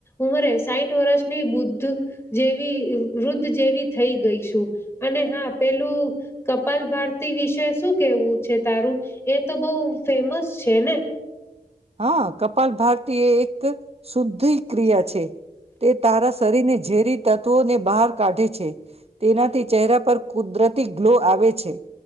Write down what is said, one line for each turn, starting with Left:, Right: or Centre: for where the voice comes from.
Left: ઉમરે સાઈઠ વરસની વૃદ્ધ, જેવી વૃદ્ધ જેવી થઈ ગઈ છું. અને હા, પેલું કપાલ ભારતી વિશે શું કેહેવું છે તારું? એ તો બહુ ફેમસ છે ને?
Right: હા કપાલ ભારતિ એ એક શુદ્ધિ- ક્રિયા છે. તે તારા શરીરને ઝેરી તત્વોને બહાર કાઢે છે. તેનાથી ચહેરા પર કુદરતી ગ્લો આવે છે.